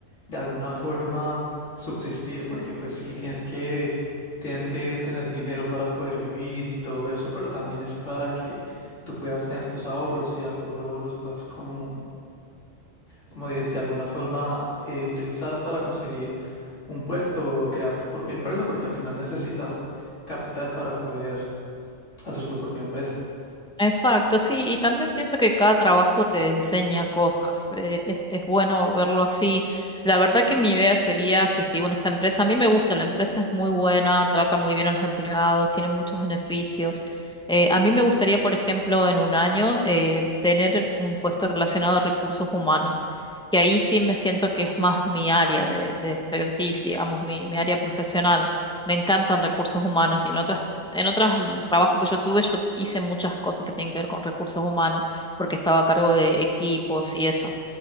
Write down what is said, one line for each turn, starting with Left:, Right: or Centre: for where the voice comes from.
Left: de alguna forma subsistir, porque pues sí, tienes que, tienes que tener dinero para poder vivir y todo eso, pero también es para que tú puedas tener tus ahorros y ya pues, luego los puedas como, como de, de alguna forma eh, utilizar para conseguir un puesto o crear tu propia empresa, porque al final necesitas capital para poder hacer tu propia empresa.
Centre: Exacto, sí, y también pienso que cada trabajo te enseña cosas, eh, es, es bueno verlo así. La verdad que mi idea sería, si sigo en esta empresa, a mí me gusta, la empresa es muy buena, trata muy bien a los empleados, tiene muchos beneficios. Eh, a mí me gustaría, por ejemplo, en un año eh, tener un puesto relacionado a recursos humanos, que ahí sí me siento que es más mi área de, de expertise, digamos, mi, mi área profesional. Me encantan recursos humanos y en otras en otros mm, trabajos que yo tuve, yo hice muchas cosas que tienen que ver con recursos humanos, porque estaba a cargo de equipos y eso.